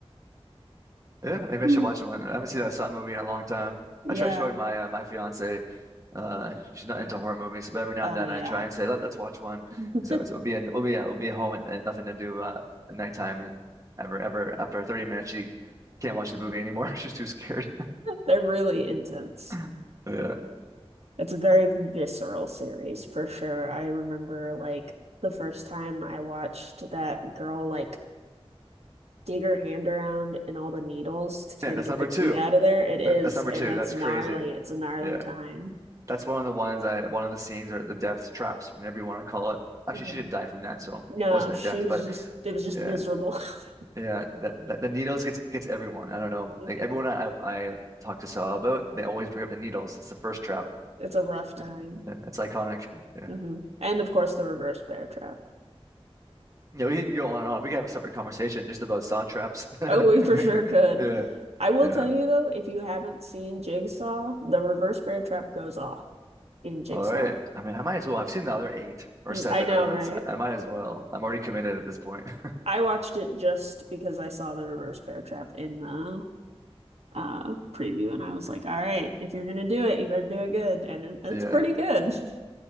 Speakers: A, on the right (about 30°); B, on the right (about 80°).
A: Yeah, maybe
B: Hmm.
A: I should watch one. I haven't seen a Saw movie in a long time.
B: Yeah.
A: I tried showing my uh, my fiance. Uh, she's not into horror movies, but every now
B: Oh
A: and then
B: yeah.
A: I try and say, Let, let's watch one.
B: <laughs>
A: Because that so It'll be an, we'll be uh, we'll be home and, and nothing to do uh, at nighttime. And ever ever after 30 minutes, she can't watch the movie anymore. <laughs> She's too scared.
B: They're really intense.
A: <laughs> Yeah,
B: It's a very visceral series for sure. I remember like the first time I watched that girl like dig her hand around in all the needles to try
A: yeah. That's
B: to get
A: number
B: the key
A: two.
B: out of there. It is,
A: That, that's number
B: and
A: two.
B: it's
A: That's
B: gnarly.
A: crazy.
B: It's a gnarly
A: Yeah,
B: time.
A: that's one of the ones I one of the scenes or the death traps, whatever you want to call it.
B: hmm
A: Actually, she didn't die from that, so it
B: No,
A: wasn't
B: she
A: a death.
B: was
A: But
B: just it was just
A: yeah.
B: miserable. <laughs>
A: Yeah, that, that the needles gets gets everyone. I don't know.
B: hmm
A: Like everyone I I talk to Saw about, they always bring up the needles. It's the first trap.
B: It's a rough time.
A: Yeah, it's iconic. <laughs> Yeah.
B: hmm And of course the reverse bear trap.
A: Yeah, we could go on and on. We could have a separate conversation just about saw traps.
B: Oh, we
A: <laughs>
B: for sure could.
A: Yeah,
B: I will
A: yeah.
B: tell you though, if you haven't seen Jigsaw, the reverse bear trap goes off in Jigsaw.
A: All right. I mean, I might as well. I've seen the other eight or
B: Mm,
A: seven,
B: I know,
A: whatever.
B: right?
A: It's, I might as well. I'm already committed at this point. <laughs>
B: I watched it just because I saw the reverse bear trap in the uh preview and I was like, all right, if you're gonna do it, you better do it good. And it, it's
A: Yeah.
B: pretty good. <laughs>